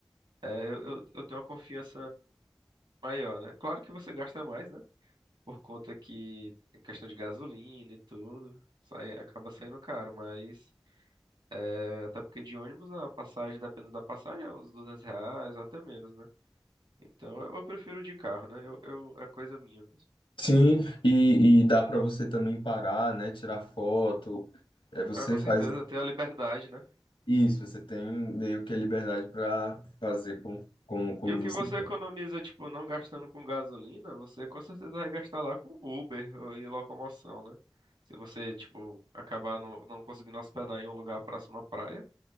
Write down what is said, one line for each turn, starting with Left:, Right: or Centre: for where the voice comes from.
Right: É, eu, eu, eu tenho uma confiança maior, né? Claro que você gasta mais, né? Por conta que tem questão de gasolina e tudo, sai, acaba saindo caro, mas é, até porque de ônibus a passagem, dependendo da passagem, é uns 200 reais ou até menos, né? Então eu eu prefiro de carro, né? Eu, eu, é coisa minha mesmo.
Left: Sim, e, e dá para você também parar, né? Tirar foto. É, você
Right: Ah, com
Left: faz
Right: certeza, tem a liberdade, né?
Left: isso, você tem meio que a liberdade para fazer com, com, como
Right: E o que
Left: você
Right: você
Left: quer.
Right: economiza, tipo, não gastando com gasolina, você com certeza vai gastar lá com Uber ou- e locomoção, né? Se você, tipo, acabar no, não conseguindo hospedar em um lugar próximo à praia,